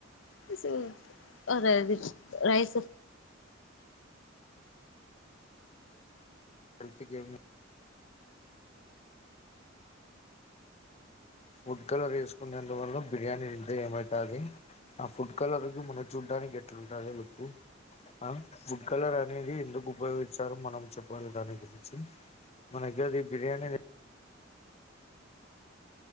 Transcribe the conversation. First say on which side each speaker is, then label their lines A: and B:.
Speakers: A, on the left (about 75°); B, on the left (about 35°).
A: తీసెయ్ <inaudible> అదేది రైస్ ఒ
B: హెల్త్ కేమున్నే ఫుడ్ కలర్ వేసుకునేందువల్ల బిర్యానీ తింటే ఏమైతాది. ఆ ఫుడ్ కలర్ మనం చూడ్డానికి ఎట్లుంటది లుక్ ఆ ఫుడ్ కలర్ అనేది ఎందుకు ఉపయోగించారో మనం చెప్పాలి దాని గురించి మనగ్గరది బిర్యానీ,